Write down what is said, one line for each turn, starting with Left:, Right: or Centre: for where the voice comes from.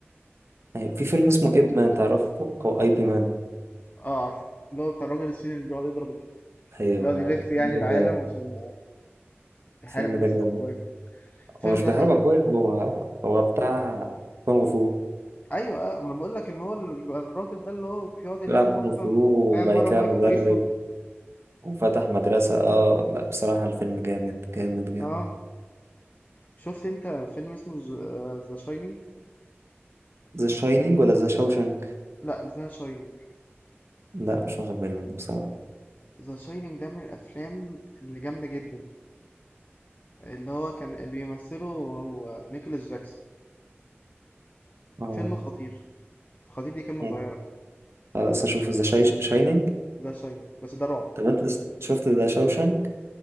Right: أيوة، في فيلم اسمه ايب مان تعرفه او اي بي مان
Left: اه عارف اللي هو بتاع الراجل الصيني اللي بيقعد يضرب الناس
Right: ايوه
Left: بيقعد يلف
Right: الفيلم
Left: يعني العالم
Right: ده جامد
Left: عشان يحارب
Right: الفيل
Left: الناس
Right: ده جامد
Left: الأقوياء الفيلم
Right: هو مش
Left: ده
Right: بيحارب
Left: حلو
Right: اخويا هو هو بتاع كونغ فو
Left: ايوه آه، ما انا بقول لك ان هو اللي بيبقى الراجل ده اللي هو بيقعد يلعب
Right: بيلعب
Left: مثلا
Right: كونغ فو
Left: لعب
Right: وبعد
Left: مره
Right: كده
Left: مايك
Right: مدرب
Left: تايسون
Right: وفتح مدرسة اه لا بصراحة الفيلم جامد جامد جامد
Left: اه شفت انت فيلم اسمه ذا شاينينج
Right: ذا شاينينج ولا ذا شاوشنك
Left: لا ذا شاينينج
Right: لا مش واخد بالي منه بصراحة
Left: ذا شاينينج ده من الافلام اللي جامده جدا اللي هو كان اللي بيمثله هو نيكولاس جاكسون
Right: اه
Left: فيلم خطير خطير دي كلمه
Right: مم.
Left: صغيره
Right: خلاص اشوف ذا شاينينج
Left: ذا شاينينج بس ده رعب
Right: طب انت س- شفت ذا شاوشنك